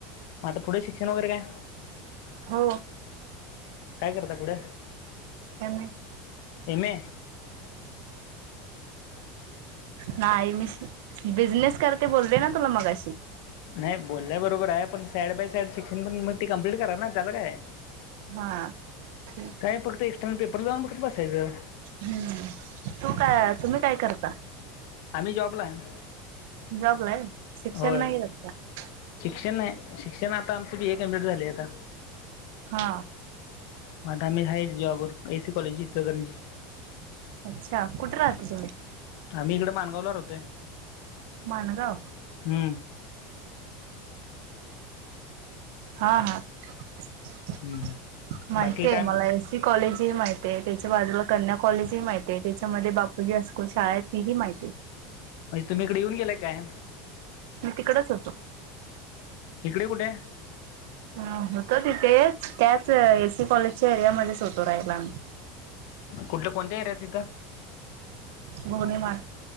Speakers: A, on the left (about 70°); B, on the right (about 75°).
A: आता पुढे शिक्षण वगैरे काय
B: हो.
A: काय करता पुढं.
B: त्यां
A: तमे
B: नाही मिस. बिझनेस करते बोल र ना तुला मग
A: नाही बोलला ब. बरोबर आहे पण साईड बाय साईड शिक्षण प मग त ते कम्प्लीट करा ना त्याला काय
B: हा क
A: काय फक्त एक्स्टर्नल पेपर जाऊन फक्त बसायचं
B: हम्म तू काय तुम्ही काय करता?
A: आम्ही जॉबला आहे
B: जॉबला आहे शिक्षण
A: होय
B: नाही झाता
A: शिक्षण नाही शिक्षण आता आमचं बी ए कमप्लीट झाले आता
B: हा
A: मताम झाा जॉबर एसी कॉलेजची जगनजी
B: अच्छा कुठे राहते तुडे
A: आम्ही इकडे माणगावला र होते
B: मान काव
A: हम
B: हा हा माहिती
A: हम्म बाकी काय
B: आहे
A: म्हणजे
B: मला एससी कॉलेज ते माहिती ते त्याच्या बाजूला कन्या कॉलेज ही माहिती त्याच्यामध्ये बापूजी असो शाळेत नली माहिती
A: म्हणजे तुम्ही इकडे येऊन गेलाय काय
B: मी तिकडच होतो
A: इकडे कुठे
B: ह होत तिथेच त्याच एससी कॉलेजच्या एरियामध्येध्येच होतो राहियला
A: कुठल्या कोणत्या एरियात तिथं
B: गोणे मार